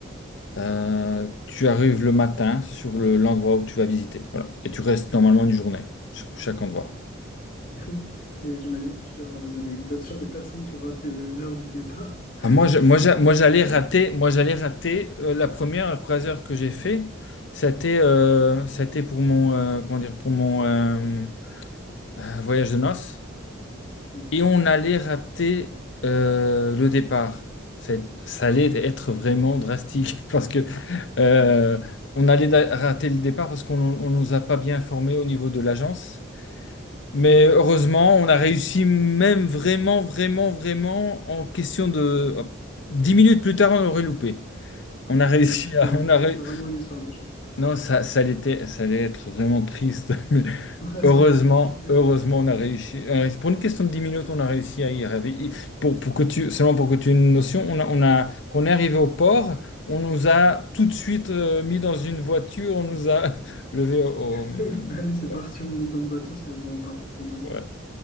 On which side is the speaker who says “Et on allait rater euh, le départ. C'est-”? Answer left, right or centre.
Left